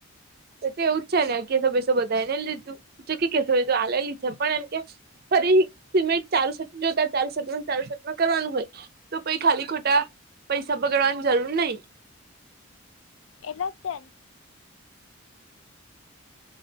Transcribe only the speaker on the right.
એતો એવું જ છે ને કેશું બેસું બધાને લીધું જો કે કેશુ એ તો આલેલી છે પણ એમ કે ફરી સિમેન્ટ ચારુસેટ જો તાર ચારુસેટ માં ને ચારુસેટમાં કરવાનું હોય તો પઈ ખાલી ખોટા પૈસા બગડવાની જરૂર નહી